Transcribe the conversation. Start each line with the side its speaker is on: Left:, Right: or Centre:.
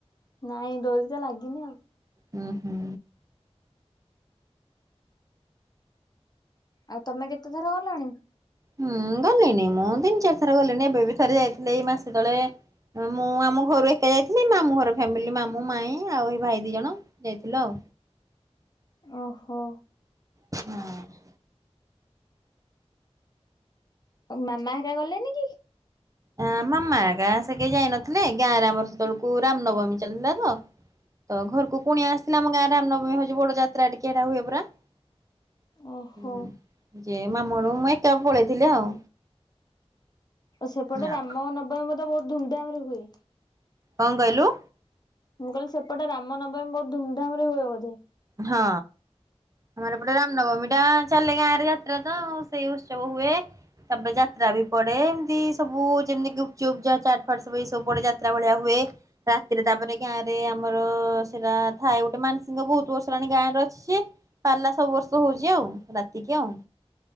Left: ନାଇଁ ଡୋରି ତ ଲାଗିନି ଆଉ।
Right: ହୁଁ ହୁଁ।
Left: ଆଉ ତମେ କେତେ ଥର ଗଲଣି?
Right: ହୁଁ ଗଲିଣିି ମୁଁ ତିନି ଚାରି ଥର ଗଲିଣିି ଏବେ ବି ଥରେ ଯାଇଥିଲି ଏଇ ମାସେ ତଳେ। ଆ ମୁଁ ଆମ ଘରୁ ଏକା ଯାଇଥିଲି ମାମୁଁ ଘର ଫ୍ୟାମିଲି ମାମୁଁ ମାଇଁ ଆଉ ହେ ଭାଇ ଦି ଜଣ। ଯାଇଥିଲୁ ଆଉ।
Left: ଓହୋ।
Right: ହଁ।
Left: ଆଉ ମାମା ହେରିକା ଗଲେନି କି?
Right: ଆ ମାମା ହେକା ସେ କେହି ଯାଇନଥିଲେ ଗାଁରେ ଆମର ସେତବଳୁକୁ ରାମ୍ ନବମୀ ଚାଲିଥିଲା ତ। ତ ଘରକୁ କୁଣିଆ ଆସଥିଲେ ଆମ ଗାଁ ରାମ୍ ନବମୀ ହଉଚି ବଡ ଯାତ୍ରା ଟିକେ ହେଟା ହୁଏ ପରା। ହୁଁ
Left: ଓହୋ
Right: ଯେ ମାମୁଁ ଘରୁକୁ ମୁଁ ଏକା ପଳେଇଥିଲି ଆଉ।
Left: ସେପଟେ
Right: ହଁ,
Left: ରାମ ନବମୀ ମଧ୍ୟ ବହୁତ୍ ଧୁମଧାମ୍ ରେ ହୁଏ?
Right: କଣ କହିଲୁ?
Left: ମୁଁ କହିଲି ସେପଟେ ରାମନବମୀ ବହୁତ୍ ଧୁମଧାମ୍ ରେ ହୁଏ ବୋଧେ?
Right: ହଁ। ଆମର ଏପଟେ ରାମନବମୀ ଟା ଚାଲେ ଗାଁ ରେ ଯାତ୍ରା ତ ସେଇ ଉତ୍ସବ ହୁଏ। ତାପରେ ଯାତ୍ରା ବି ପଡେ ଏମତି ସବୁ ଯେମିତି ଗୁପ୍ ଚୁପ୍ ଚାଟ ଫାଟ ସବୁ ଏସବୁ ପଡେ ଯାତ୍ରା ଭଳିଆ ହୁଏ। ରାତିରେ ତାପରେ ଗାଁ ରେ ଆମର ସେଟା ଥାଏ ଗୋଟେ ମାନସିଙ୍ଗ ବହୁତ୍ ବର୍ଷ। ହେଲାଣି ଗାଁ ରେ ଅଛି ପାଲା ସବୁ ବର୍ଷ ହଉଛି ଆଉ ରାତିକି ଆଉ।